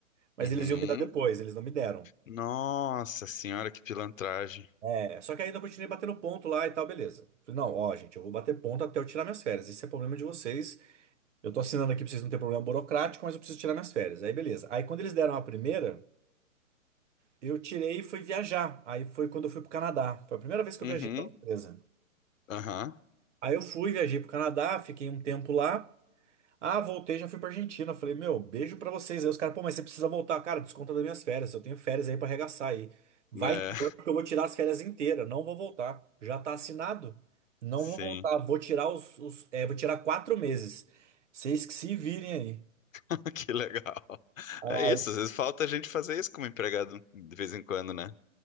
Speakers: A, on the right; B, on the left.
A: mas
B: uhum.
A: eles iam me dar depois, eles não me deram.
B: Nossa senhora, que pilantragem.
A: É, só que ainda eu continuei batendo ponto lá e tal, beleza. Falei, não, ó, gente, eu vou bater ponto até eu tirar minhas férias. Isso é problema de vocês. Eu tô assinando aqui pra vocês não terem problema burocrático, mas eu preciso tirar minhas férias. Aí, beleza. Aí, quando eles deram a primeira, eu tirei e fui viajar. Aí foi quando eu fui pro Canadá. Foi a primeira vez que
B: Uhum,
A: eu viajei pra uma empresa.
B: aham,
A: Aí eu fui, viajei pro Canadá, fiquei um tempo lá. Ah, voltei, já fui pra Argentina. Falei, meu, beijo pra vocês. Aí os caras, pô, mas você precisa voltar. Cara, desconta das minhas férias. Eu tenho férias aí pra arregaçar aí. Vai
B: né?
A: tirando que eu vou tirar as férias inteiras. Não vou voltar. Já tá assinado. Não
B: Sim,
A: vou voltar. Vou tirar os, os- é, vou tirar quatro meses. Vocês que se virem aí.
B: <laughs> que legal.
A: Aí-
B: É isso, às vezes falta a gente fazer isso como empregado de vez em quando, né?